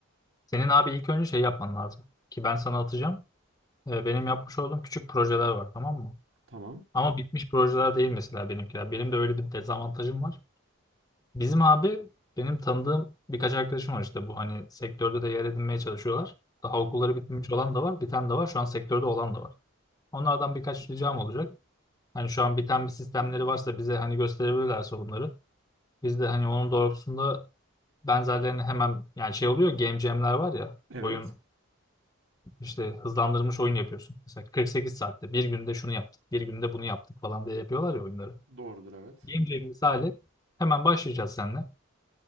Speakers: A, on the left (about 15°); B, on the right (about 70°).
A: senin abi ilk önce şey yapman lazım. Ki ben sana atacağım. Ee, benim yapmış olduğum küçük projeler var tamam mı?
B: Tamam,
A: Ama bitmiş projeler değil mesela benimkiler. Benim de öyle bir dezavantajım var. Bizim abi benim tanıdığım birkaç arkadaşım var işte bu hani sektörde de yer edinmeye çalışıyorlar. Daha
B: tamam.
A: okulları bitmemiş olan da var, biten de var. Şu an sektörde olan da var. Onlardan birkaç ricam olacak. Hani şu an biten bir sistemleri varsa bize hani gösterebilirlerse bunları. Biz de hani onun doğrultusunda benzerlerini hemen yani şey oluyor game jam'ler var ya
B: Evet.
A: oyun işte hızlandırılmış oyun yapıyorsun. Mesela 48 saatte bir günde şunu yaptık, bir günde bunu yaptık falan diye yapıyorlar ya oyunları.
B: Doğrudur evet.
A: Game jam misali hemen başlayacağız seninle.